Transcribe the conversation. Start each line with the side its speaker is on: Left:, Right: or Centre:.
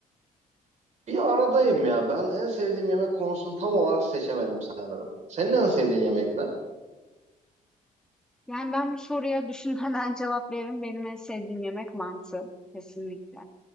Right: Bir aradayım ya. Ben en sevdiğim yemek konusunu tam olarak seçemedim sanırım. Senin en sevdiğin yemek ne?
Centre: Yani ben bu soruya düşünmeden <laughs> cevap veririm. Benim en sevdiğim yemek mantı. Kesinlikle.